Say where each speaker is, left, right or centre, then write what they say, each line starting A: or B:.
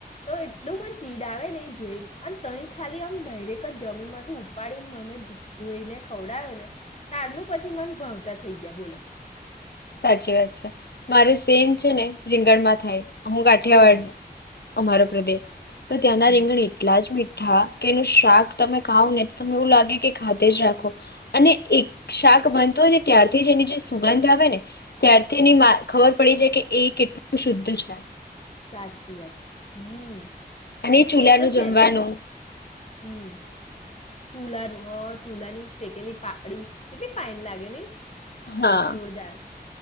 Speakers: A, on the left (about 40°); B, on the left (about 75°).
A: તો એટલું મન ચીડ આવે ને જોઈને અને તય ખાલી આમ ડાયરેક જ જમીન માંથી ઉપાડીને મને ધોઈને ખવડાવે ને ત્યારનું પછી મન ભવતા થઈ ગયા બોલો.
B: સાચી વાત છે મારે સેમ છે ને રીંગણમાં થાય. હું કાઠિયાવાડ
A: હમ
B: અમારો પ્રદેશ તો ત્યાંના
A: હમ
B: રીંગણ એટલા જ મી હા કે એનું શાક તમે ખાવ ને તો તને એવું લાગે કે ખાતે જ રાખો અને એક શાક બનતો હોય ને ત્યારથી જ એની જે સુગંધ આવે ને ત્યારથી એની ખબર પડી છે કે એ કેટલું શુદ્ધ છે.
A: સાચી વાત છે હમ્મ
B: અને ચૂલાનું
A: એ તો છે
B: જમવાનું
A: જ. હમ્મ. ચૂલાનું હ ચૂલાની શેકેલી પાપડી કેટલી ફાાઈન લાગે નય
B: હા
A: જોરદાર